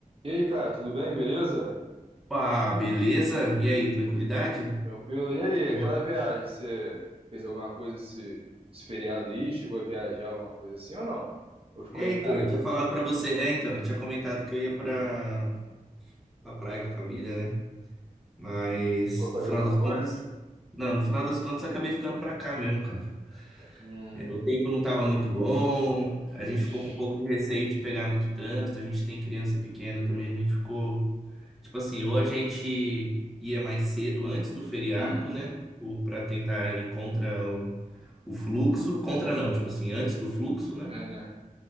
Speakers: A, on the right (about 40°); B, in the centre.
A: E aí, cara, tudo bem? Beleza?
B: Opa, beleza? E aí, tranquilidade?
A: Tranquilo?
B: Aqui
A: E
B: Tá
A: aí,
B: de boa.
A: aquela viagem, você fez alguma coisa esse, esse feriado aí? Chegou a viajar alguma coisa assim ou não? Ou ficou
B: É,
A: em
B: então,
A: casa?
B: eu tinha falado pra você. É, então, eu tinha comentado que eu ia pra, pra praia com a família, né? Mas
A: Chegou fazer
B: no final
A: alguma
B: das
A: coisa?
B: contas. Não, no final das contas eu acabei ficando pra cá mesmo, cara.
A: Hum.
B: É, O tempo não estava muito bom, a gente
A: Ixi.
B: ficou com um pouco de receio de pegar muito trânsito, a gente tem criança pequena também, a gente ficou. Tipo assim, ou a gente ia mais cedo antes do feriado,
A: Uhum.
B: né? Para tentar ir contra o, o fluxo. Contra não, tipo assim, antes do fluxo, né?
A: É, né?